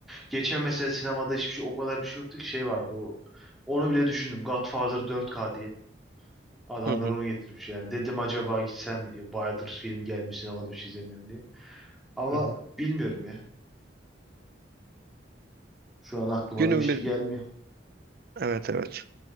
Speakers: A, in the centre; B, on the right.
A: Geçen mesela sinemada hiçbir şey o kadar bir şey yoktu ki şey vardı o. Onu bile düşündüm. Godfather 4K diye. Adamlar
B: Hı hı,
A: onu getirmiş yani. Dedim acaba gitsem mi diye. Bayağıdır film gelmiş sinemada bir şey izlemiyorum diye. Ama
B: hı hı.
A: bilmiyorum ya. Şu an aklıma
B: Günün
A: da bir şey
B: bir
A: gelmiyor.
B: evet evet.